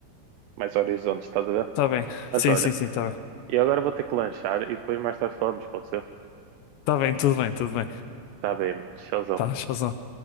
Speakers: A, on the right; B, on the left.
A: mais horizontes, estás a ver?
B: Tá bem.
A: Mas
B: Sim,
A: olha,
B: sim, sim, tá bem.
A: eu agora vou ter que lanchar e depois mais tarde falamos, pode ser?
B: Tá bem, tudo bem, tudo bem.
A: Tá bem, mano. Tchauzão.
B: Tá, razão.